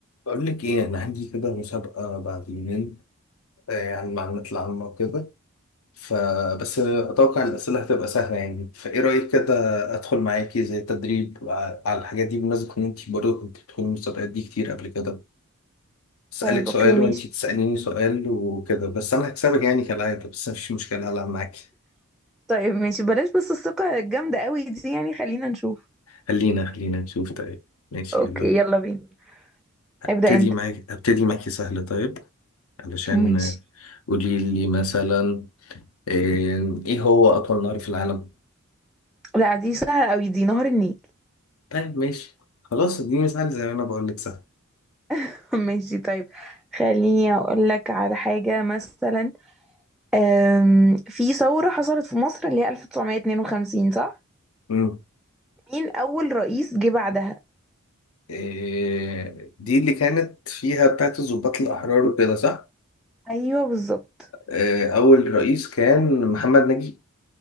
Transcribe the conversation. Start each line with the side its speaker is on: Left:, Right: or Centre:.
Left: بقول لك ايه انا عندي كده مسابقة بعد يومين آه، يعني المعلومات العامة وكده فبس اتوقع الاسئلة هتبقى سهلة يعني فايه رأيك كده ادخل معاكي زي تدريب ع- على الحاجات دي بمناسبة ان انت برضه كنت بتدخلي المسابقات دي كتير قبل كده اسالك
Centre: طيب
Left: سؤال
Centre: اوكي ماشي
Left: وانت تساليني سؤال وكده بس انا هكسبك يعني كالعادة بس مفيش مشكلة هلعب معاكي
Centre: طيب ماشي بلاش بس الثقة الجامدة قوي دي يعني خلينا نشوف
Left: خلينا خلينا نشوف طيب ماشي
Centre: اوكي
Left: يلا
Centre: يلا بينا
Left: هبتدي
Centre: ابدأ انت
Left: معاكي هبتدي معاكي سهل طيب علشان
Centre: ماشي
Left: قولي لي مثلا إيه إيه هو أطول نهر في العالم؟
Centre: لا دي سهلة قوي دي نهر النيل
Left: طيب ماشي خلاص دي مثال زي ما أنا بقول لك سهل
Centre: <laughs> ماشي طيب خليني اقول لك على حاجة مثلا أم، في ثورة حصلت في مصر اللي هي 1952 صح
Left: مم.
Centre: مين اول رئيس جه بعدها
Left: إيه دي اللي كانت فيها بتاعت الضباط الأحرار وكده صح؟
Centre: ايوه بالظبط
Left: إيه أول رئيس كان محمد نجيب